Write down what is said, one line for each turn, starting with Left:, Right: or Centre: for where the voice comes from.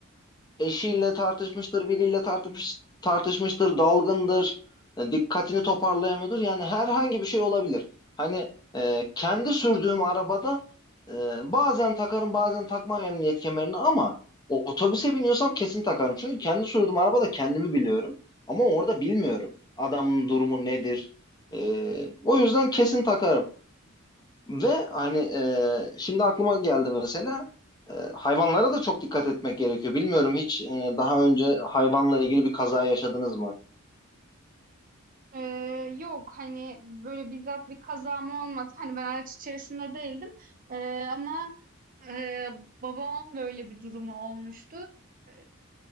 Left: eşiyle tartışmıştır, biriyle tartışmış, tartışmıştır, dalgındır, e, dikkatini toparlayamıyordur. Yani herhangi bir şey olabilir. Hani e, kendi sürdüğüm arabada e, bazen takarım, bazen takmam emniyet kemerini ama o- otobüse biniyorsam kesin takarım. Çünkü kendi sürdüğüm arabada kendimi biliyorum ama orada bilmiyorum adamın durumu nedir. E, o yüzden kesin takarım. Ve hani e, şimdi aklıma geldi mesela e, hayvanlara da çok dikkat etmek gerekiyor. Bilmiyorum hiç e, daha önce hayvanla ilgili bir kaza yaşadınız mı?
Right: Eee, yok, hani, böyle, bizzat bir kazam olmadı. Hani, ben araç içerisinde değildim, eee, ama, eee, babamın böyle bir durumu olmuştu. Eee,